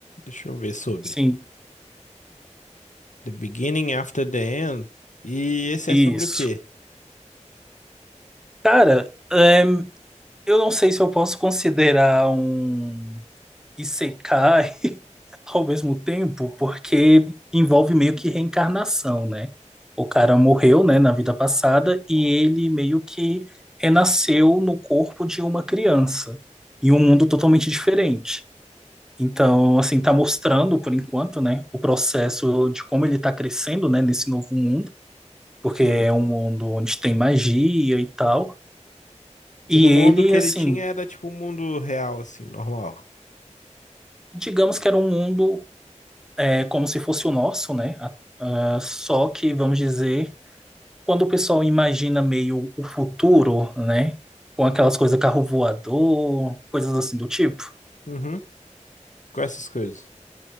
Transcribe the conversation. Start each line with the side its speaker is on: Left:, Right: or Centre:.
Left: Deixa eu ver sobre.
Centre: Sim,
Left: The Beginning After the End. E esse
Centre: isso.
Left: é sobre o quê?
Centre: Cara, é, eu não sei se eu posso considerar um. isekai <laughs> ao mesmo tempo, porque envolve meio que reencarnação, né? O cara morreu, né, na vida passada e ele meio que renasceu no corpo de uma criança, em um mundo totalmente diferente. Então, assim, tá mostrando, por enquanto, né, o processo de como ele tá crescendo, né, nesse novo mundo, porque
Left: Hum.
Centre: é um mundo onde tem magia e tal. E
Left: E no
Centre: ele,
Left: mundo que
Centre: assim,
Left: ele tinha era tipo um mundo real, assim, normal.
Centre: digamos que era um mundo é como se fosse o nosso, né? A- ah, só que, vamos dizer, quando o pessoal imagina meio o futuro, né? Com aquelas coisas carro voador, coisas assim do tipo.
Left: Uhum. Com essas coisas.